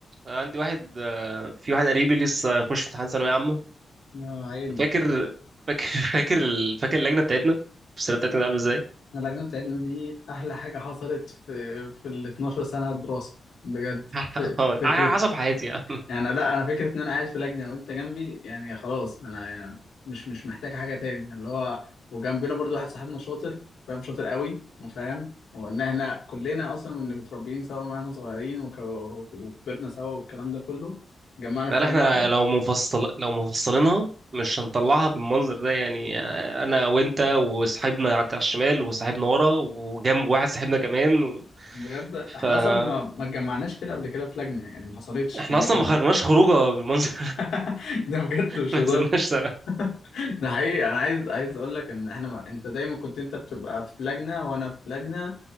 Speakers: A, on the right; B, on the left.
A: عندي واحد آه، في واحد قريبي لسه هيخش امتحان ثانوية عامة
B: يا عيني
A: فاكر فاكر <laughs> فاكر ال- فاكر اللجنة بتاعتنا السنة بتاعتنا كانت عاملة ازاي؟
B: انا اللجنه بتاعتنا دي احلى حاجه حصلت في في ال 12 سنه دراسه بجد
A: <laughs>
B: ف-
A: آه،
B: فكره
A: على حسب حياتي يعني
B: يعني لا انا فكره ان انا قاعد في لجنه وانت جنبي يعني خلاص انا يعني مش مش محتاج حاجه تاني اللي هو وجنبنا برضو واحد صاحبنا شاطر فاهم شاطر قوي وفاهم وان احنا كلنا اصلا من اللي متربيين سوا من واحنا صغيرين وك- وكبرنا سوا والكلام ده كله جمعنا في
A: قال
B: لجنه
A: احنا
B: واحده
A: لو مفصل لو مفصلينها مش هنطلعها بالمنظر ده يعني آه، انا وانت وصاحبنا على الشمال وصاحبنا ورا وجنب واحد صاحبنا كمان و...
B: بجد احنا
A: فاحنا
B: اصلا ما ما اتجمعناش كده قبل كده في لجنه يعني ما حصلتش يعني
A: اصلا
B: كانت
A: ما خرجناش خروجه بالمنظر
B: <laughs> ده بجد
A: <laughs>
B: مش
A: ما
B: هزار
A: نزلناش
B: <laughs> ده حقيقي انا عايز عايز اقول لك ان احنا ما... انت دايما كنت انت بتبقى في لجنه وانا في لجنه